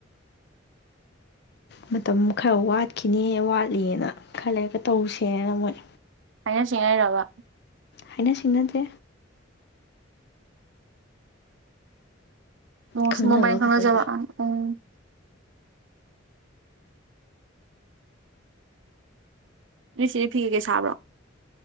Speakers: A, on the left; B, on the right.
A: ꯃꯇꯝ ꯈꯔ ꯋꯥꯠꯈꯤꯅꯦ ꯋꯥꯠꯂꯤꯑꯥꯅ ꯈꯥ ꯂꯩꯔꯒ ꯇꯧꯁꯦꯅ ꯃꯣꯏ
B: ꯍꯥꯏꯅ ꯁꯤꯡꯅꯩꯔꯕ
A: ꯍꯥꯏꯅ ꯁꯤꯡꯅꯗꯦ
B: ꯑꯣ
A: ꯈꯪꯅꯕ
B: ꯁꯨꯝ ꯃꯥꯕꯅꯤ ꯈꯥꯡꯅꯖꯕ
A: ꯈꯛꯇꯗ
B: ꯎꯝ ꯅꯣꯏꯆꯦꯗꯤ ꯐꯤ ꯀꯩ ꯀꯩ ꯁꯥꯕ꯭ꯔꯣ